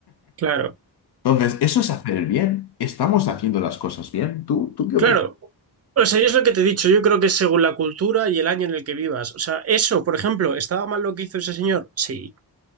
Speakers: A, on the right; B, on the left.
A: Claro,
B: Entonces, eso es hacer el bien. ¿Estamos haciendo las cosas bien? ¿Tú, tú qué
A: claro.
B: opinas?
A: O sea, yo es lo que te he dicho, yo creo que es según la cultura y el año en el que vivas. O sea, eso, por ejemplo, ¿estaba mal lo que hizo ese señor? Sí.